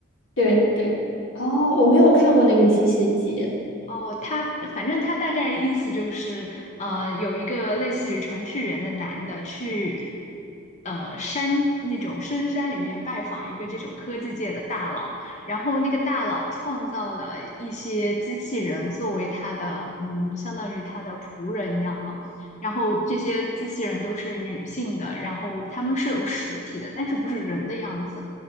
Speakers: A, on the left (about 75°); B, on the left (about 35°).
A: 对对。哦，我没有看过那个《机械姬》。
B: 哦，他反正他大概意思就是，呃，有一个类似于程序员的男的去，呃，山那种深山里面拜访一个这种科技界的大佬，然后那个大佬创造了一些机器人作为他的，嗯，相当于他的仆人一样嘛。然后这些机器人都是女性的，然后他们是有实体的，但是不是人的样子，